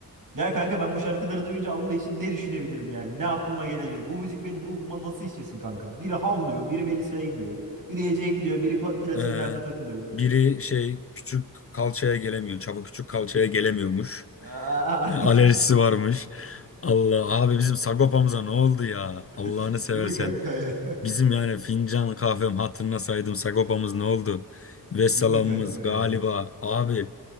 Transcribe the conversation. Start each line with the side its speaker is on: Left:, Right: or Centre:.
Right: Ya kanka ben bu şarkıları duyunca Allah için ne düşünebilirim yani? Ne aklıma gelebilir? Bu müzik benim ruhuma nasıl işlesin kanka? Biri havlıyor, biri Melisa'ya gidiyor. Biri Ece'ye gidiyor, biri pa- platinlerde
Left: Ee,
Right: takılıyor.
Left: biri şey küçük kalçaya gelemiyor. Çapa küçük kalçaya gelemiyormuş.
Right: Aa!
Left: Alerjisi varmış. Allah abi bizim Sagopa'mıza ne oldu ya? Allah'ını
Right: <laughs>
Left: seversen.
Right: Değil mi kanka ya?
Left: Bizim yani fincan kahvem hatırına saydım Sagopa'mız ne oldu? Vesselam'ımız
Right: Değil mi kanka ya?
Left: galiba abi.